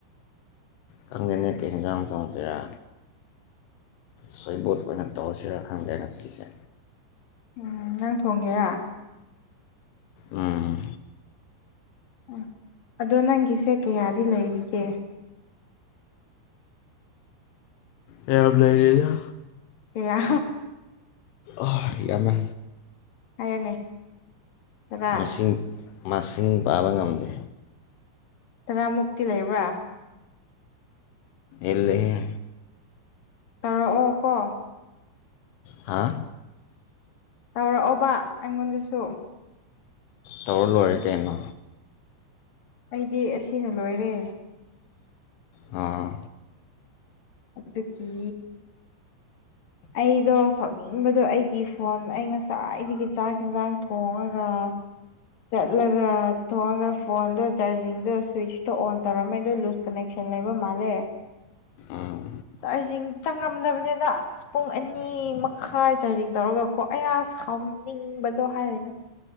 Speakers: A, on the left (about 85°); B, on the left (about 50°).
A: ꯈꯪꯗꯦꯅꯦ ꯀꯩ ꯌꯦꯟꯖꯥꯡ ꯊꯣꯡꯁꯤꯔꯥ ꯁꯣꯏꯕꯣꯠ ꯑꯣꯏꯅ ꯇꯧꯔꯁꯤꯔꯥ ꯈꯪꯗꯦ ꯉꯁꯤꯁꯦ
B: ꯎꯝ ꯅꯪ ꯊꯣꯡꯒꯦꯔꯥ
A: ꯎꯝ
B: ꯎ ꯑꯗꯣ ꯅꯪꯒꯤꯁꯦ ꯀꯌꯥꯗꯤ ꯂꯩꯔꯤꯒꯦ
A: ꯌꯥꯝ ꯂꯩꯔꯤꯗ
B: ꯀꯌꯥ
A: ꯑ ꯌꯥꯝꯃꯦ
B: ꯍꯥꯏꯌꯣꯅꯦ ꯇꯔꯥ
A: ꯃꯁꯤꯡ ꯃꯁꯤꯡ ꯄꯥꯕ ꯉꯝꯗꯦ
B: ꯇꯔꯥꯃꯨꯛꯇꯤ ꯂꯩꯕ꯭ꯔꯥ
A: ꯏꯜꯂꯦꯍꯦ
B: ꯇꯥꯔꯣ ꯑꯣ ꯀꯣ
A: ꯍꯥꯥ
B: ꯇꯧꯔꯛꯑꯣꯕ ꯑꯩꯉꯣꯟꯗꯁꯨ
A: ꯇꯧꯔ ꯂꯣꯏꯔꯦ ꯀꯩꯅꯣ
B: ꯑꯩꯗꯤ ꯑꯁꯤꯅ ꯂꯣꯏꯔꯦ
A: ꯑꯥ
B: ꯑꯗꯨꯀꯤ ꯑꯩꯗꯣ ꯁꯛꯅꯤꯡꯕꯗꯣ ꯑꯩꯒꯤ ꯐꯣꯟ ꯑꯩ ꯉꯁꯥꯏꯗꯒꯤ ꯆꯥꯛ ꯌꯦꯟꯖꯥꯡ ꯊꯣꯡꯉꯒ ꯆꯠꯂꯒ ꯇꯣꯉ ꯐꯣꯟꯗꯣ ꯆꯥꯔꯖꯤꯡꯗꯣ ꯁ꯭ꯋꯤꯤꯁꯇꯣ ꯑꯣꯟ ꯇꯧꯔꯝꯃꯦ ꯑꯗꯣ ꯂꯨꯖ ꯀꯅꯦꯛꯁꯟ ꯂꯩꯕ ꯃꯥꯜꯂꯦ
A: ꯑꯥ
B: ꯆꯥꯛ ꯏꯁꯤꯡ ꯆꯪꯉꯝꯗꯕꯅꯤꯗ ꯑꯁ ꯑꯁ ꯄꯨꯡ ꯑꯅꯤ ꯃꯈꯥꯏ ꯆꯥꯔꯖꯤꯡ ꯇꯧꯔꯒ ꯀꯣ ꯑꯌꯥꯁ ꯈꯥꯎꯅꯤꯡꯕꯗꯣ ꯍꯥꯏꯔꯦꯅ